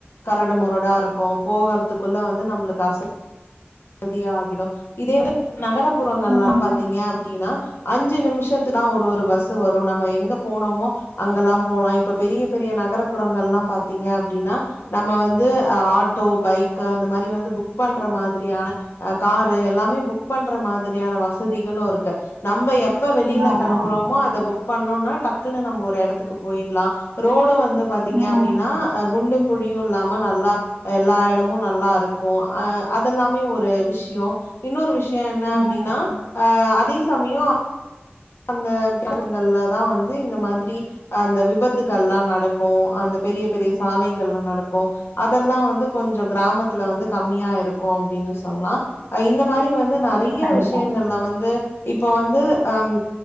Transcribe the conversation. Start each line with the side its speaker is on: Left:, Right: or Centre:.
Left: கரடு மொரடா இருக்கு போகற்துக்குள்ள வந்து நம்ப்ளுக் அசதியா இதே வந்து நகர புறங்கள்லா
Right: ம்
Left: பாத்தீங்க அப்டினா அஞ்சு நிமிஷத்துக்கு தா ஒரு ஒரு பஸ் வரு நம்ம எங்க போனோமோ அங்கலா போலா இப்ப பெரிய பெரிய நகரபுறங்கள்லா பாத்தீங்க அப்டின்னா நம்ம வந்து ஆட்டோ பைக் அந்த மாரி வந்து புக் பண்ற மாதுரியான அ காரு எல்லாமே புக் பண்ற மாதுரியான வசதிகளு இருக்கு நம்ப எப்ப வெளியில
Right: ஆமா
Left: களம்புறோமோ அத புக் பண்ணோன டக்குன்னு நம்ப ஒரு எடத்துக்கு போயிடலா ரோடு வந்து பாத்தீங்க
Right: ம்
Left: அப்டின்னா குண்டு குழியு இல்லாம நல்லா எல்லா எடமு நல்லா இருக் கோ அ அதல்லாமே ஒரு விஷ்யோ இன்னொரு விஷ் சியோ என்னா அப்டினா
Right: ம்
Left: அ சமயோ அந்த <unintelligible> ங்கள்லதா வந்து இந்த மாதிரி அஹ் அந்த விபத்துகள்லா நடக்கு அந்த பெரிய பெரிய சாலைகள்ல நடக்கு அதெல்லா வந்து கொஞ்சோ கிராமத்துல வந்து கம்மியா இருக்கு அப்டின்னு சொல்லா அஹ் இந்த மாரி வந்து நெறையா
Right: கண்டிப்பா
Left: விஷ்யங்கள்ல வந்து இப்போ வந்து அம்